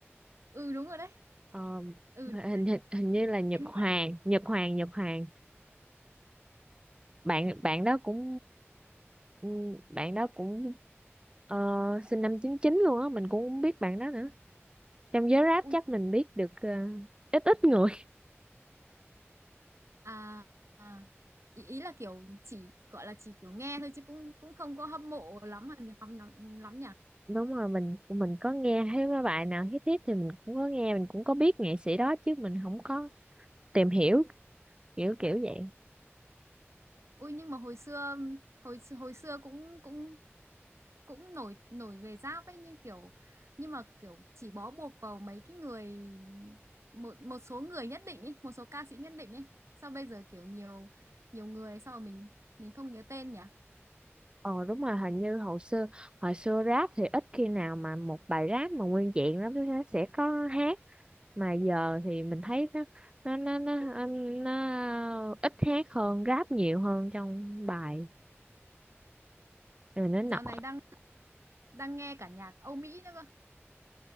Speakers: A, on the right; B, on the right.
A: ừ đúng rồi đấy
B: Ờ,
A: ừ đúng
B: hình,
A: rồi.
B: hình hình như là Nhật
A: nhưng
B: Hoàng
A: mà
B: Nhật Hoàng Nhật Hoàng bạn bạn đó cũng ừ, bạn đó cũng ờ, sinh năm chín chín luôn á mình cũng không biết bạn đó nữa trong giới rap
A: Ui,
B: chắc mình biết được ờ, ít ít người
A: à, à ý, ý là kiểu chỉ gọi là chỉ kiểu nghe thôi chứ cũng cũng không có hâm mộ lắm là lắm lắm lắm nhỉ
B: <laughs> đúng rồi mình mình có nghe thấy mấy bài nào hit hit thì mình cũng có nghe mình cũng có biết nghệ sĩ đó chứ mình không có tìm hiểu kiểu kiểu vậy
A: Ui nhưng mà hồi xưa hồi hồi xưa cũng cũng cũng nổi nổi về giáp ấy như kiểu nhưng mà kiểu chỉ bó buộc vào mấy cái người một một số người nhất định ấy, một số ca sĩ nhất định ấy. Sao bây giờ kiểu nhiều nhiều người sao mà mình mình không nhớ tên nhỉ?
B: ờ đúng rồi hình như hồi xưa hồi xưa rap thì ít khi nào mà một bài rap mà nguyên vẹn lắm nó sẽ có hát mà giờ thì mình thấy nó nó nó nó, nó ít hát hơn rap nhiều hơn trong bài rồi nó
A: Dạo
B: nọ
A: này đang đang nghe cả nhạc Âu Mỹ nữa cơ.